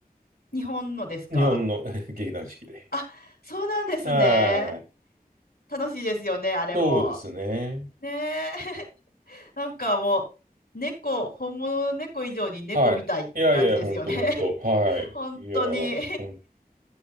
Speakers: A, on the left; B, on the right.
A: 日本のですか
B: 日本の <laughs> 劇団四季で。
A: あ、そうなんですね。
B: はい。
A: 楽しいですよね、あれも。
B: そうですね。
A: ねえ。<laughs> なんかもう、猫、本物の猫以上に猫みたいって感じですよね。
B: はい。いやいや、ほんとほんと。はい。
A: <laughs> 本当に。
B: いや、ほん、